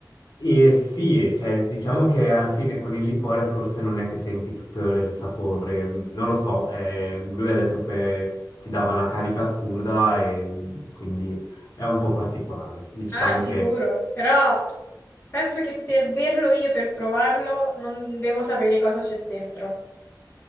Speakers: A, on the left; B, on the left.
A: E sì, e cioè, diciamo che alla fine con il liquore forse non è che senti tutto il sapore, mm, non lo so, eh, lui ha detto che ti dava una carica assurda e mm, quindi è un po' particolare. Diciamo
B: Ah, sicuro,
A: che
B: però penso che per berlo io, per provarlo, non devo sapere cosa c'è dentro.